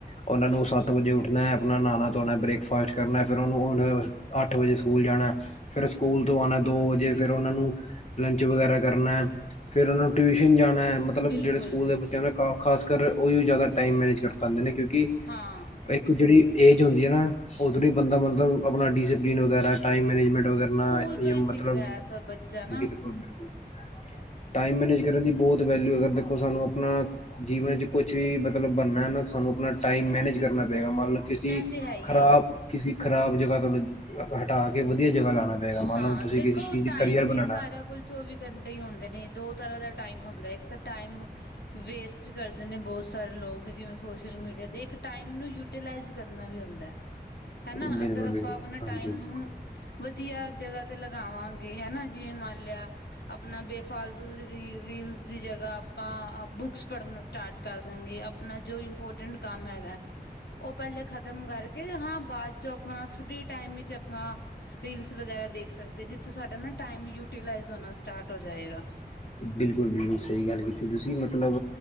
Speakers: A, on the left; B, on the left.
A: ਉਹਨਾਂ ਨੂੰ ਸੱਤ ਵਜੇ ਉੱਠਣਾ ਆਪਣਾ ਨਹਾਣਾ, ਧੋਣਾ, ਬ੍ਰੇਕਫਾਸਟ ਕਰਨਾ ਫਿਰ ਉਹਨੂੰ ਅੱਠ ਵਜੇ ਸਕੂਲ ਜਾਣਾ ਫਿਰ ਸਕੂਲ ਤੋਂ ਆਉਣਾ ਦੋ ਵਜੇ ਫਿਰ ਉਹਨਾ ਨੂੰ ਲੰਚ ਵਗੈਰਾ ਕਰਨਾ ਫੇਿਰ ਉਹਨੂੰ ਟਿਊਸ਼ਨ ਜਾਣਾ ਮਤਲਬ
B: ਬਿਲਕੁਲ
A: ਜਿਹੜੇ ਸਕੂਲ ਦੇ ਬੱਚਿਆਂ ਨੇ ਖਾ ਖ਼ਾਸ ਕਰ ਉਹ ਹੀ ਜ਼ਿਆਦਾ ਟਾਈਮੈਨੇਜ ਕਰ ਪਾਉਦੇ ਨੇ ਕਿਉਂਕਿ
B: ਹਾਂ
A: ਇੱਕ ਜਿਹੜੀ ਏਜ ਹੁੰਦੀ ਆ ਨਾ ਉਓਧ ਬੰਦਾ ਮਤਲਬ ਆਪਣਾ ਡਿਸਸੀਪਲਿਨ ਵਗੈਰਾ ਟਾਈਮ ਮੈਨੇਜਮੈਂਟ ਵਗੈਰਾ
B: ਸਕੂਲ ਤੋਂ
A: ਜਾਂ
B: ਹੀ
A: ਮਤਲਬ
B: ਸਿੱਖਦਾ ਐਸਾ ਬੱਚਾ ਨਾ
A: ਬਿਲਕੁਲ ਬਿਲਕੁਲ ਟਾਈਮ ਮੈਨੇਜ ਕਰਨ ਦੀ ਬਹੁਤ ਵੈਲਿਊ ਅਗਰ ਦੇਖੋ ਸਾਨੂੰ ਆਪਣਾ ਜੀਵਨ ਚ ਕੁਛ ਵੀ ਮਤਲਬ ਬਣਨਾ ਹੈ ਨਾ ਸਾਨੂੰ ਆਪਣਾ ਟਾਈਮ ਮੈਨੇਜ ਕਰਨਾ ਪਏਗਾ ਮੰਨ ਲਓ ਕਿਸੀ
B: ਇਹ ਤੇ ਹੈ ਹੀ
A: ਖਰਾਬ
B: ਏ
A: ਕਿਸੇ ਖ਼ਰਾਬ ਜਗ੍ਹਾ ਤੋਂ ਹਟਾ ਕੇ ਵਧੀਆ ਜਗ੍ਹਾ ਲਾਣਾ ਪਏਗਾ ਮੰਨ
B: ਹਾਂ
A: ਲਓ ਤੁਸੀਂ
B: ਦੇਖੋ
A: ਕਿਸੇ ਚੀਜ਼
B: ਟਾਈਮ
A: ਕਰੀਅਰ
B: ਵੀ
A: ਬਣਾਣਾ
B: ਸਾਰਿਆਂ ਕੋਲ ਚੌਵੀ ਘੰਟੇ ਹੀ ਹੁੰਦੇ ਨੇ ਦੋ ਤਰ੍ਹਾਂ ਦਾ ਟਾਈਮ ਹੁੰਦਾ ਇੱਕ ਤਾਂ ਟਾਈਮ ਵੇਸਟ ਕਰਦੇ ਨੇ, ਬਹੁਤ ਸ ਸਰ ਲੋਕ ਜਿਵੇ ਸੋਸ਼ਲ ਮੀਡੀਆ ਤੇ ਇੱਕ ਟਮ ਨੂੰ ਯੂਲਾ ਕਰਨਾ ਵੀ ਹੁੰਦਾ ਹਨਾ
A: ਬਿਲਕੁਲ
B: ਅਗਰ ਆਪਾਂ
A: ਬਿਲਕੁਲ
B: ਆਪਣਾ
A: ਹਾਂਜੀ
B: ਟਾਈਮ
A: ਹਾਂਜੀ
B: ਨੂੰ ਵਧੀਆ ਜਗ੍ਹਾ ਤੇ ਲਗਾਵਾਂਗੇ ਹਨਾ ਜਿਵੇਂ ਮੰਨ ਲਿਆ ਆਪਣਾ ਬੇਫਾਲਤੂ ਰੀਲਸ ਦੀ ਜਗ੍ਹਾ ਆਪਾਂ ਬੁੱਕਸ ਪੜ੍ਹਨਾ ਸਟਾਰਟ ਕਰ ਦੇਾਂਗੇ ਆਪਣਾ ਜੋ ਇੰਪੋਰਟੈਂਟ ਕੰਮ ਹੈਗਾ ਉਹ ਪਹਿਲੇ ਖ਼ਤਮ ਕਰਕੇ ਹਾਂ ਬਾਅਦ ਚ ਆਪਣਾ ਫਰੀ ਟਾਈਮ ਵਿੱਚ ਆਪਾਂ ਰੀਲਸ ਵਗੈਰਾ ਦੇਖ ਸਕਦੇ ਜਿੱਥੋਂ ਸਾਡਾ ਨਾ ਟਮ ਯੂਟੀਲਾਜ਼ ਹੋਣਾ ਸਟਾਰਟ ਹੋ ਜਾਏਗਾ
A: ਬਿਲਕੁਲ, ਬਿਲਕੁਲ। ਸਹੀ ਗੱਲ ਕੀਤੀ। ਤੁਸੀ, ਮਤਲਬ